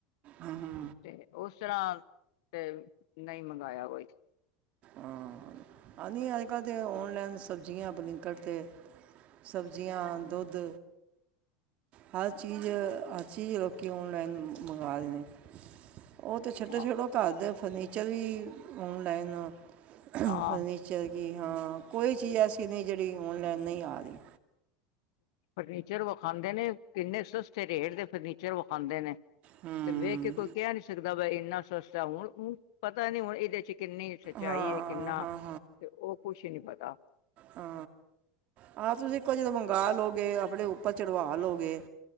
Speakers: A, on the right (about 50°); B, on the left (about 75°).
A: ਹੰ-ਹੰ।
B: ਤੇ ਉਸ ਤਰ੍ਹਾਂ ਤੇ ਨਈ ਮੰਗਾਆ ਕੋਈ।
A: ਹਾਂ, ਆ ਨਈ ਅੱਜ-ਕੱਲ ਤੇ ਔਨਲਾਈਨ ਸਬਜ਼ੀਆਂ ਬਲਿੰਕਟ 'ਤੇ ਸਬਜ਼ੀਆਂ, ਦੁੱਧ। ਹਰ ਚੀਜ਼-ਹਰ ਚੀਜ਼ ਲੋਕੀ ਔਨਲਾਈਨ ਮੰਗਾ ਰੇ ਨੇ। ਓ ਤੇ ਛੱਡੋ-ਛੋਡੋ
B: ਹਾਂ
A: ਘਰ ਦੇ ਫਰਨੀਚਰ ਵੀ ਔਨਲਾਈਨ ਫਰਨੀਚਰ
B: ਹਾਂ
A: ਕਿ, ਹਾਂ ਕੋਈ ਚੀਜ਼ ਐਸੀ ਨੀ ਜੇੜੀ ਔਨਲਾਈਨ ਨਈਂ ਆ ਰਈ।
B: ਫਰਨੀਚਰ ਵਖਾਂਦੇ ਨੇ ਕਿੰਨੇ ਸਸਤੇ ਰੇਟ ਦੇ ਫਰਨੀਚਰ ਵਖਾਂਦੇ ਨੇ।
A: ਹੂੰ
B: ਤੇ ਵੇਖ ਕੇ ਕੋਈ ਕੈ ਨੀ ਸਕਦਾ ਬ ਇੰਨਾ ਸਸਤਾ ਹੁਣ ਪਤਾ ਨੀ ਹੁਣ ਇਦੇ ਚ ਕਿੰਨੀ ਸੱਚਾਈ
A: ਹਾਂ
B: ਏ ਕਿੰਨਾ
A: ਹਾਂ
B: ਤੇ ਓ ਕੁਛ ਨੀ ਪਤਾ।
A: ਅੰ। ਆਹ ਤੁਸੀਂ ਇੱਕੋ ਜਦੋਂ ਮੰਗਾ ਲੌਗੇ, ਆਪਣੇ ਉੱਪਰ ਚੜਵਾ ਲੋਗੇ,